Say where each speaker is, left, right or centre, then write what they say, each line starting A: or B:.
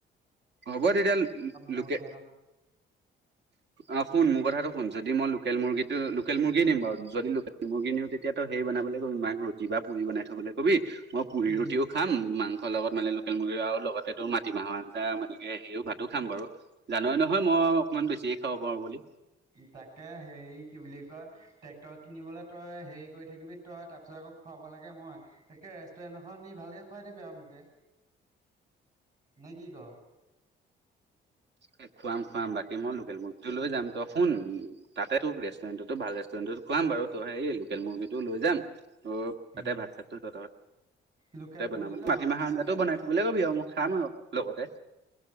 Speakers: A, on the right; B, on the right.
A: হ'ব তেতিয়া হলে
B: মুৰ্গী
A: লোকে
B: আন
A: অ শুন মোৰ কথাটো শুন যদি মই লোকেল মুৰ্গীটো লোকেল মুৰ্গী নিম বাৰু যদি লোকেল মুৰ্গী নিওঁ তেতিয়াতো সেই বনাবলৈ গৈম মাক ৰুটি বা পুৰী টি বনাই থবলৈ কবি মই পুৰি
B: উম
A: ৰুটিও খাম মাংসৰ লগত মানে লোকেল মুৰ্গী আৰু লগতে তোৰ মাটিমাহৰ আঞ্জা মানে সেইও ভাতো খাম বাৰু জানৱে নহয় মই অকমান বেছিয়ে খাব পাৰো বুলি।
B: তাকে হেৰি কি বুলি কয় ট্ৰেক্টৰ কিনিবলৈ তই হেৰি কৰি থাকিবি তই তাৰপিছত খুৱাব লাগে মই তেকে ৰেষ্টুৰেণ্ট এখন নি ভালকে খুৱাই দিবি আৰু মোকে।
A: <unintelligible>
B: নে কি ক?
A: এ খুৱাম-খুৱাম বাকী মই লোকেল মুগ তটো লৈ যাম ত শুন তাতে তোক ৰেষ্টুৰেণ্টো ভাল ন্তত খুৱাম বাৰু তই সে লোকেল মুৰ্গীটো লৈ যাম অ
B: উম
A: তাতে ভাত চাত তাতে
B: লোকেল মুৰ্গীটো
A: বনাব মাটিমাহ
B: লোকেল
A: ইও বনাই থবলৈ ক'বি আৰু মোক। খাম আৰু লগতে।